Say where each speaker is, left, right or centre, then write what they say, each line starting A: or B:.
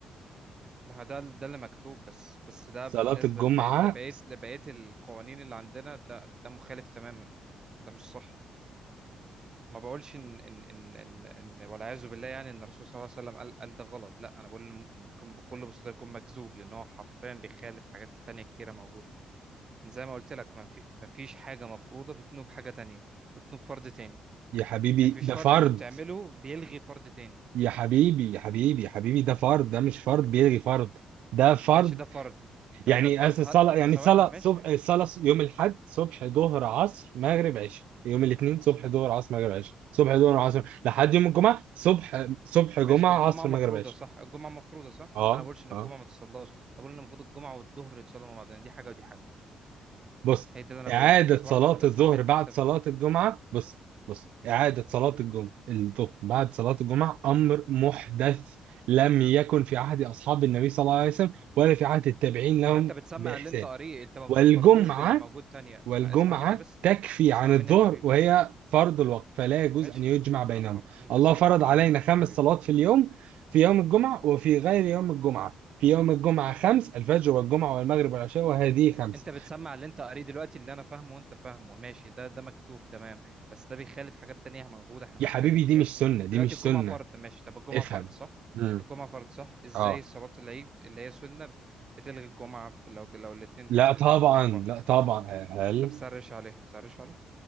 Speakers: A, on the right; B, on the right.
A: ما هو ده ده اللي مكتوب بس بس ده
B: صلاه
A: بالنسبه
B: الجمعه
A: لبقيه لبقيه لبقيه القوانين اللي عندنا ده ده مخالف تماما ده مش صح ما بقولش ان ان ان ان, إن والعياذ بالله يعني ان الرسول صلى الله عليه وسلم قال قال ده غلط لا انا بقول إن ممكن بكل بساطه يكون مكذوب لان هو حرفيا بيخالف حاجات تانية كتيره موجوده زي ما قلت لك ما في ما فيش حاجه مفروضه بتنوب حاجه تانية بتنوب فرض تاني
B: يا حبيبي
A: يعني فيش
B: ده
A: فرض
B: فرض
A: انت بتعمله بيلغي فرض تاني
B: يا حبيبي يا حبيبي يا حبيبي ده فرض ده مش فرض بيلغي فرض ده فرض
A: ماشي ده فرض طب
B: يعني
A: ده فرض
B: أس-
A: ها
B: الصلاة يعني
A: ثواني
B: الصلاة
A: ماشي
B: صبح الصلاة يوم الأحد صبح ظهر عصر مغرب عشاء يوم الاثنين صبح
A: مظبوط
B: ظهر عصر مغرب عشاء صبح ظهر عصر
A: تمام
B: لحد يوم الجمعة صبح صبح جمعة
A: ماشي الجمعة
B: عصر
A: مفروضة
B: مغرب عشاء
A: صح الجمعة مفروضة صح
B: اه
A: أنا ما بقولش إن
B: اه
A: الجمعة ما تصلاش أنا بقول إن المفروض الجمعة والظهر يتصلوا مع بعض يعني دي حاجة ودي حاجة
B: بص
A: هي ده اللي انا
B: إعادة
A: بقوله بس
B: صلاة
A: واحده هتسمع
B: الظهر
A: مني
B: بعد
A: طب
B: صلاة
A: طب
B: الجمعة بص بص إعادة صلاة
A: مم.
B: الجمعة الظهر بعد صلاة الجمعة أمر محدث لم يكن في عهد أصحاب النبي صلى الله عليه وسلم ولا في عهد التابعين لهم
A: ما انت بتسمع
B: بإحسان
A: اللي انت قاريه انت ما بتقارنوش
B: والجمعة
A: باللي موجود تانية
B: والجمعة
A: ما اسمع مني بس
B: تكفي
A: اسمع
B: عن
A: مني
B: الظهر
A: يا حبيبي
B: وهي فرض الوقت فلا يجوز
A: ماشي
B: أن يجمع
A: ما
B: بينهم
A: ما انت
B: الله
A: صح
B: فرض
A: انا فاهمك
B: علينا خمس
A: يا حبيبي
B: صلوات في اليوم في يوم الجمعة وفي غير يوم الجمعة في يوم الجمعة خمس الفجر والجمعة والمغرب والعشاء وهذه خمس
A: انت بتسمع اللي انت قاريه دلوقتي اللي انا فاهمه وانت فاهمه ماشي ده ده مكتوب تمام بس ده بيخالف حاجات تانية موجودة احنا بنتكلم
B: يا حبيبي
A: فيها
B: دي مش سنة دي
A: دلوقتي
B: مش
A: الجمعة
B: سنة
A: فرض ماشي طب الجمعة
B: افهم
A: فرض صح
B: امم
A: الجمعة فرض صح ازاي
B: اه
A: صلاة العيد اللي هي سنة بتلغي الجمعة في لو لو الاتنين
B: لا طبعا
A: اتوافقوا مع بعض
B: لا طبعا هل
A: طب سرش عليه سرش عليه